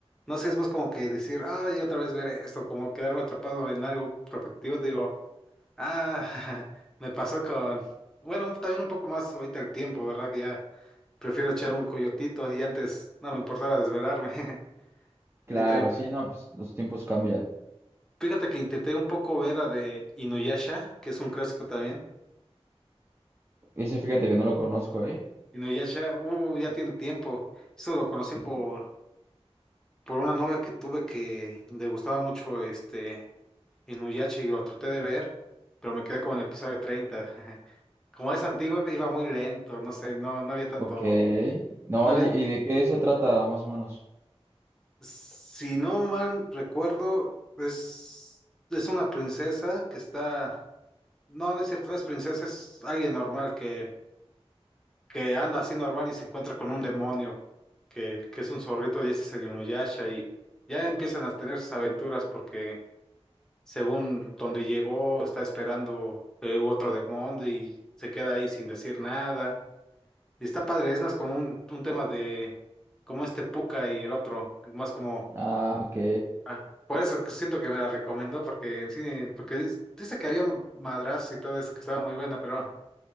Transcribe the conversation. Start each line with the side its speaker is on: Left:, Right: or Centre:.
Centre: no sé, es más como que decir, ay, otra vez ver esto, como quedarme atrapado en algo repetitivo, digo, ah, <laughs> me pasó con, bueno, un- también un poco más ahorita el tiempo, ¿verdad? Que ya prefiero echar un coyotito y antes no me importaba desvelarme. <laughs>
Right: Claro,
Centre: Sí, también.
Right: sí, no, pues los tiempos cambian.
Centre: Fíjate que intenté un poco ver a de Inuyasha, que es un clásico también.
Right: Ese fíjate que no lo conozco, ¿eh?
Centre: Inuyasha, uh, ya tiene tiempo. Eso lo conocí
Right: Sí.
Centre: por, por una novia que tuve que le gustaba mucho este Inuyasha y lo traté de ver, pero me quedé como en el episodio treinta <laughs> Como es antiguo, iba muy lento, no sé, no, no había tanto,
Right: Ok. No,
Centre: no había,
Right: ¿y, y de qué se trata más o menos?
Centre: si no mal recuerdo, es, es una princesa que está, no, no es cierto, no es princesa, es alguien normal que que anda así normal y se encuentra con un demonio que, que es un zorrito y ese es el Inuyasha y ya empiezan a tener sus aventuras porque según donde llegó está esperando eh, otro demonio y se queda ahí sin decir nada. Y está padre, es más como un, un tema de como este Puka y el otro, y más como
Right: Ah, ok.
Centre: ah, por eso siento que me la recomendó porque en cine, porque dice dice que había madrazos y todo eso que estaba muy buena, pero no,